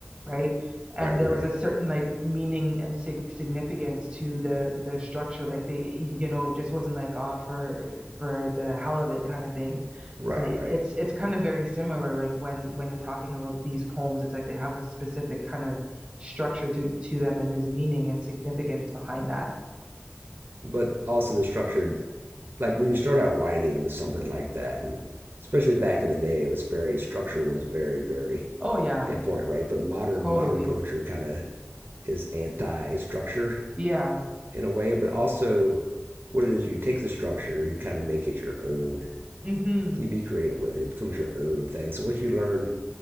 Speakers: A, on the right; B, on the right.
A: right? and
B: right,
A: there
B: right,
A: was a certain like meaning and sig significance to the the structure like they you know just wasn't like oh for for the hell of it kind of thing
B: right,
A: and it,
B: right.
A: it's it's kind of very similar like when when you're talking about these poems it's like they have a specific kind of structure to to them and there's meaning and significance behind that
B: But also the structured, like when you start out writing something like that, and especially back in the day, it was very structure was very very
A: oh yeah
B: important, right? But modern
A: totally
B: modern poetry kind of is anti structure
A: yeah
B: in a way, but also what it is you take the structure and you kind of make it your own.
A: mm-hmm
B: You be creative with it. It becomes your own thing. So once you learn